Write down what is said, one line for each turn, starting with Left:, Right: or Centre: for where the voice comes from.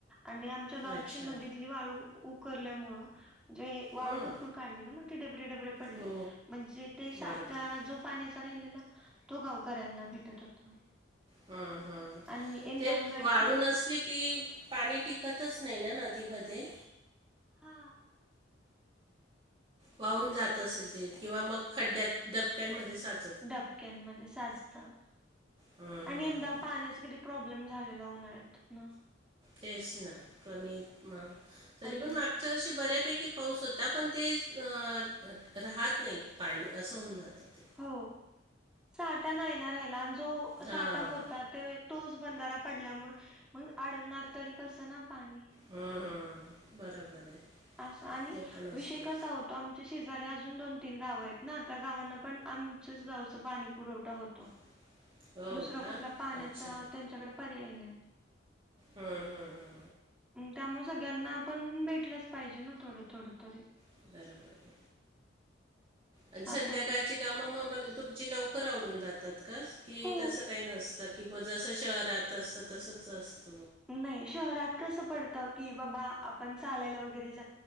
Centre: आणि आम आमच्या गावची
Right: अच्छा
Centre: नदीतली वाळू उखल्यामुळे म्हणजे वाळू
Right: हं
Centre: भरपूर काढली ना मग बरेबरे पडले
Right: हो
Centre: म्हणजे ते साठा
Right: बरोबर आहे
Centre: जो पाण्याचा राहिलेला तो गावकऱ्यांना भेटत होता
Right: हमम हम
Centre: आणि यंदा
Right: ते
Centre: उन्हाळ्यात
Right: वाळून
Centre: किती
Right: असली की पाणी टिकतच नाही ना नदीमध्ये
Centre: हा
Right: वाहून जात असेल ते किंवा मग खड्ड्यात डबक्यांमध्ये साजत
Centre: डबक्यान मध्ये साजत आणि
Right: हं हं
Centre: यंदा पाण्याचा किती प्रॉब्लेम झालेला उन्हाळ्यात आहे ना
Right: तेच ना कमी मग तरी
Centre: आणि
Right: पण माग मागच्या वर्षी बऱ्यापैकी पाऊस होता पण ते राहत नाही पाणी असं होऊन जातं ते
Centre: हो साठा नाही ना रायला आणि जो
Right: हां
Centre: साठा होता ते तोच बंधारा पडल्यामुळे मग अडवणार तरी कसं ना पाणी
Right: हा हा बरोबर आहे
Centre: अस आणि
Right: ते पण
Centre: विषय
Right: असतं
Centre: कसा होताबल्ब तो आमचे शेजारे अजून दोन तीन गाव आहेत ना त्या गावांना पण आमच्याच गावच पाणी पुरवठा होतो
Right: <unintelligible>
Centre: दुसरा
Right: का
Centre: कुठला पाण्याचा
Right: अच्छा
Centre: त्यांच्याकडे पर्याय नाही
Right: हा हम हा
Centre: त्यामुळे सगळ्यांना आपण भेटलंच पाहिजे ना थोडं थोड तरी
Right: बरोबर आणि संध्याकाळची
Centre: असं होत.
Right: कामं मग तुमची लवकर आवरून जातात का की
Centre: हो.
Right: तसं काही नसत की ब जसं शहरात असतं तसंच असत
Centre: नाही शहरात कसं पडतं की बाबा आपण चालायला वगैरे जा